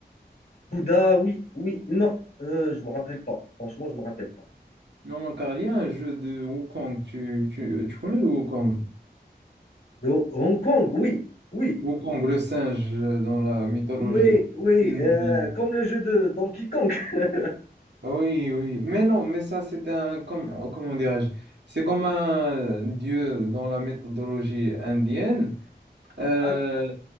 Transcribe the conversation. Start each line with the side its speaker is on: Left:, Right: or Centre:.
Left: Bouddha, oui, oui, non, euh, je ne me rappelle pas. Franchement, je ne me rappelle pas.
Right: Non, car il y a un jeu de Wukong. Tu, tu, tu connais le Wukong?
Left: De Hong Kong, oui, oui,
Right: Wukong, le singe euh, dans la mythologie.
Left: oui, oui,
Right: indienne.
Left: euh, comme le jeu de Donkey Kong. <laughs>
Right: Oui, oui, mais non, mais ça c'est un, comment, comment dirais-je, c'est comme un dieu dans la méthodologie indienne, euh,
Left: D'accord,